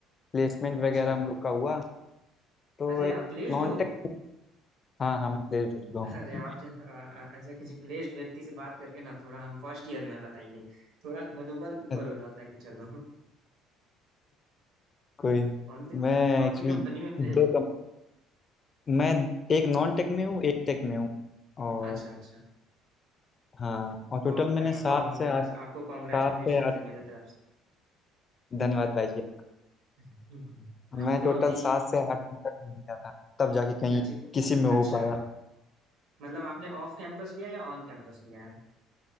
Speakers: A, on the left; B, on the right.
A: प्लेसमेंट
B: अच्छा
A: वगैरह हम लोग का हुआ तो
B: अरे
A: एक
B: आप प्लेस्ड
A: नॉन
B: हो
A: टेक हाँ हाँ मैं प्लेस्ड हो चुका हूँ
B: अरे आप ज- आ- आ- ऐसे किसी प्लेस्ड व्यक्ति से बात करके ना थोड़ा हम फर्स्ट ईयर में हैं, बताइए थोड़ा मनोबल ऊपर
A: अरे,
B: हो जाता है कि चलो
A: कोई
B: कौन सी हम्म,
A: मैं
B: कौन
A: एक्चुअली
B: सी कंपनी में प्लेस्ड
A: दो
B: हो
A: कम मैं एक नॉन टेक में हूँ एक टेक में हूँ और
B: अच्छा अच्छा
A: हाँ और टोटल
B: बहुत बढ़िया
A: मैंने सात
B: बहुत
A: से
B: बढ़िया
A: आठ
B: आपको कॉन्ग्रेचुलेशन
A: सात से आठ
B: है मेरे तरफ से
A: धन्यवाद भाई जी
B: हम्म, हम
A: मैं
B: तो
A: टोटल
B: अभी
A: सात से आठ घंटा दिया था तब जाके कहीं
B: क्या चीज
A: किसी में हो
B: अच्छा
A: पाया
B: मतलब आपने ऑफ कैंपस लिया या ऑन कैंपस लिया है